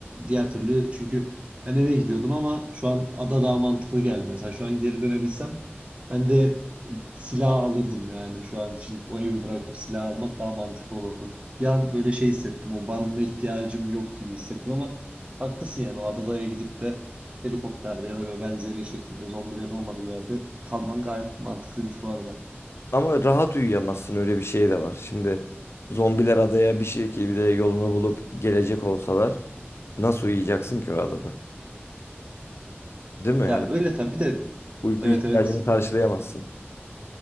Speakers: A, on the right; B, on the left.
A: Diğer türlü çünkü ben eve gidiyordum ama şu an ada daha mantıklı geldi. Mesela şu an geri dönebilsem ben de silah alırdım yani şu an için o evi bırakıp silah almak daha mantıklı olurdu. Bir an böyle şey hissettim. O barınma ihtiyacım yok gibi hissettim ama haklısın yani. O adadaya gidip de helikopterde ya da böyle benzeri şekilde zombilerin olmadığı yerde kalman gayet mantıklıymış bu arada.
B: Ama rahat uyuyamazsın öyle bir şey de var. Şimdi zombiler adaya bir şekilde yolunu bulup gelecek olsalar nasıl uyuyacaksın ki o adada? Değil mi? Yani
A: Ya öyle tabii de
B: uyku
A: evet
B: ihtiyacını
A: evet.
B: karşılayamazsın.